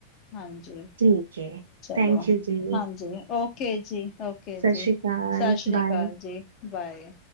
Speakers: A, on the left; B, on the right.
A: ਹਾਂਜੀ,
B: ਠੀਕ ਹੈ
A: ਚਲੋ
B: ਥੈਂਕ ਯੂ ਜੀ
A: ਹਾਂਜੀ, ਓਕੇ ਜੀ। ਓਕੇ
B: ਸਤਿ
A: ਜੀ,
B: ਸ਼੍ਰੀ ਅਕਾਲ
A: ਸਤਿ ਸ਼੍ਰੀ
B: ਬਾਏ
A: ਅਕਾਲ ਜੀ, ਬਾਏ।